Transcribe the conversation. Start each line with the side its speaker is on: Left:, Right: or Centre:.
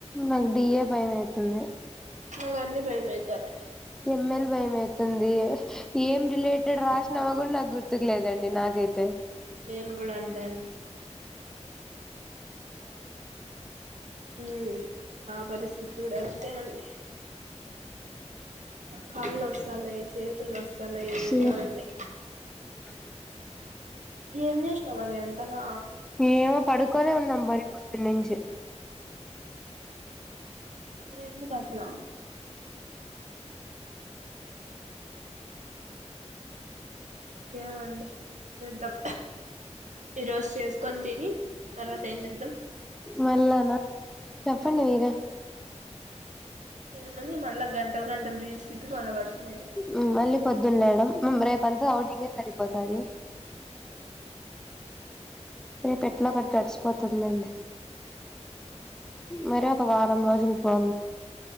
Centre: నాకు డిఏ భయం ఐతుంది
Right: నాకన్ని బయమైతనె
Centre: ఎమ్ ఎల్ భయం ఐతంది ఏం రిలేటెడ్ రాసినా గూడా నాకు గుర్తుకు లేదండి నాది కయితె
Right: నేను కూడా అంతే హ్మ్ నా పరిస్థితి గూడా అంతేనండి కాళ్ళు
Centre: <inaudible>
Right: నొస్తున్నాయి చేతులు నొస్తున్నాయి ఏందో
Centre: సెమ్
Right: అండి
Centre: <inaudible>
Right: ఎం జేసినావ్ అని అంతగా
Centre: ఏమో పడుకోనే ఉన్నాం మరి పొద్దునుంచి
Right: మరెందుకట్ల. ఎమండి ఏం జేద్దాం ఈ రోజు చేస్కొని తిని తర్వాత. ఎంజేదాం
Centre: మళ్ళానా చెప్పండి మీరే.
Right: ఏముంది మల్లా గంటల్ గంటల్ రీల్స్ తిప్పి మళ్ళా పడుకునేదే.
Centre: హ్మ్ మళ్ళీ పొద్దున్ లేయడం రేపు అంతా ఔటింగే సరిపోతాంధీ.
Right: ఉమ్.
Centre: రేపేట్లా గొట్ల గడిసిపోతదిలేండి.
Right: అవునండి
Centre: మరొక వారం రోజులు పొవ.